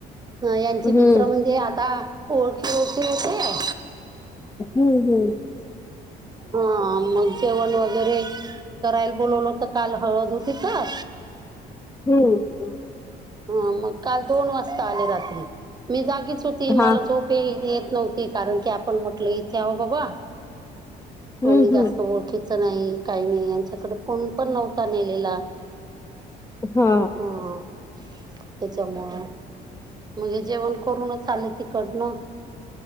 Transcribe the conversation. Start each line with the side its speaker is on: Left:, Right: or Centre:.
Right: यांचे
Left: हम्म
Right: मित्र म्हणजे आता ओळखी ओळखी होतेय
Left: हम्म हम्म.
Right: हा मग जेवण वगैरे करायला बोलवलं होत काल हळद होती तर
Left: हम्म हम्म.
Right: हा मग काल दोन वास्ता आले रात्री मी जागीच होती
Left: हा
Right: मला झोप पे ही येत नव्हती कारण की आपण म्हटल इथे आहो बाबा कोणी
Left: हम्म
Right: जास्त
Left: हम्म
Right: ओळखीच नाही काही नाही यांच्याकडे फोन पण नव्हता नेलेला
Left: हा.
Right: हा त्याच्यामुळं म्हणजे जेवण करूनच आले तिकडनं